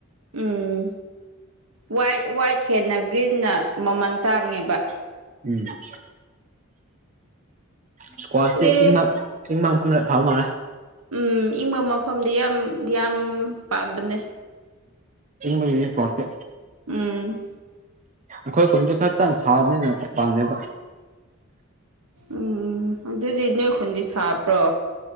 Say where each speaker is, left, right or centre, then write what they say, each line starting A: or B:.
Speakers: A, on the right; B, on the right.
A: ꯎꯝ ꯋꯥꯏꯠ ꯋꯥꯏꯠ ꯍꯦꯟꯅ ꯒ꯭ꯔꯤꯟꯅ ꯃꯃꯜ ꯇꯥꯡꯉꯦꯕ
B: <inaudible> ꯏꯁꯀ꯭ꯋꯥꯁꯇꯤ
A: ꯈꯪꯗꯦ
B: ꯏꯪꯕ ꯏꯪꯕ ꯃꯐꯝꯗ ꯐꯕ ꯃꯥꯥꯟꯂꯦ
A: ꯎꯝ ꯏꯪꯕ ꯃꯐꯝꯗꯤ ꯌꯥꯝ ꯌꯥꯝ ꯄꯥꯝꯕꯅꯦ
B: ꯏꯪꯕꯒꯤꯗꯤ ꯏꯁꯀ꯭ꯋꯥꯁꯁꯦ
A: ꯎꯝ
B: ꯑꯩꯈꯣꯏ ꯈꯨꯟꯗꯨ ꯈꯛꯇꯪ ꯁꯥꯕꯅꯤꯅ ꯄꯥꯟꯗꯦꯕ
A: ꯎꯝ ꯑꯗꯨꯗꯤ ꯅꯣꯏ ꯈꯨꯨꯟꯗꯤ ꯁꯥꯕ꯭ꯔꯣ